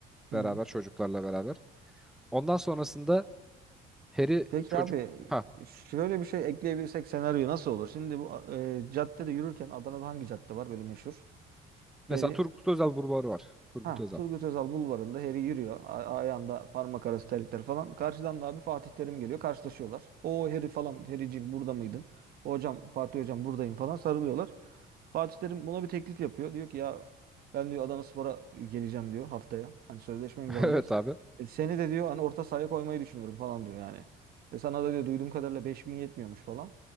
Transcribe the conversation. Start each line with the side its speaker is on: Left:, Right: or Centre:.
Right: Hı
Centre: beraber
Right: hı.
Centre: çocuklarla beraber. Ondan sonrasında Harry
Right: Peki
Centre: çocuk
Right: abi
Centre: ha
Right: şöyle bir şey ekleyebilsek senaryo nasıl olur? Şimdi bu e, caddede yürürken Adana'da hangi cadde var böyle meşhur? Heri
Centre: mesela Turgut Özal burbarı var. Turgut
Right: Ha,
Centre: Özal.
Right: Turgut Özal bulvarında Harry yürüyor. A- ayağında parmak arası terlikler falan. Karşıdan da abi Fatih Terim geliyor. Karşılaşıyorlar. O Harry falan. Harry'ciğim burada mıydın? Hocam Fatih hocam buradayım falan sarılıyorlar. Fatih Terim buna bir teklif yapıyor. Diyor ki ya ben diyor Adanaspor'a geleceğim diyor haftaya. Hani sözleşme imzalayacağız.
Centre: <laughs> Evet abi.
Right: E, seni de diyor hani orta sahaya koymayı düşünüyorum falan diyor yani. Ve sana da diyor duyduğum kadarıyla 5000 yetmiyormuş falan.